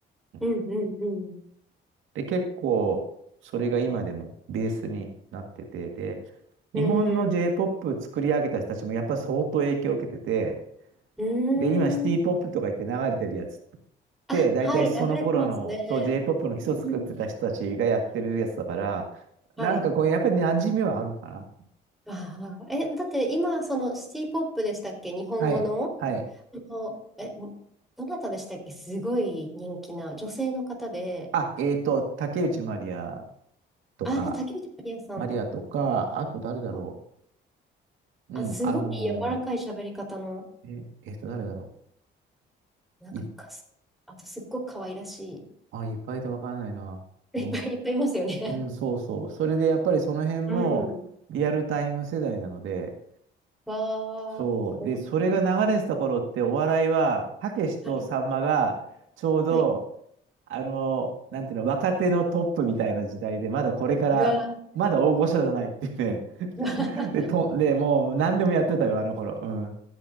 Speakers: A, on the right; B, in the centre.
A: うん
B: うんうん。
A: で、結構、それが今でもベースになってて、で、
B: うん。
A: 日本の J-POP 作り上げた人たちもやっぱり相当影響を受けてて、
B: う
A: で、今シティポップとか言って流れてるやつっ
B: ん。あ、
A: て、大体その頃の、
B: はい、流れてますね。
A: そう J-POP の基礎作ってた人たちがやってるやつだから、
B: うんうん。はい。
A: なんかこう、やっぱり馴染みはあるかな。
B: ああ、え、だって今、そのシティポップでしたっけ日本語の
A: はい、はい。
B: の、え、どなたでしたっけすごい人気な女性の方で、
A: あ、えっと、竹内まりやとか、
B: あ、まあ、竹内まりやさんと
A: まりやとか、あと誰だろ
B: か、
A: う。
B: あ、
A: うん、
B: すごい柔らかい喋り方の、
A: あのーえ、えっと、誰だろ
B: なんかかす、
A: う。
B: あとすっごく可愛らし
A: あ、いっぱいいてわからないな。
B: い、
A: うん。
B: <laughs> いっぱいいっぱいいますよね。
A: うん、そうそう。それでやっぱりその辺もリアルタイム世代なので、
B: うん。わー、
A: そう。で、
B: うんうん
A: それが流れてた頃ってお笑いは、たけしとさんまがちょうど、
B: はい、はい。
A: あの、なんていうの、若手のトップみたいな時代で、まだこれから、
B: うわー、
A: まだ大御所じゃないっていうね。
B: うわー
A: <laughs> で、と、で、もう何でもやってたよ、あの頃。うん。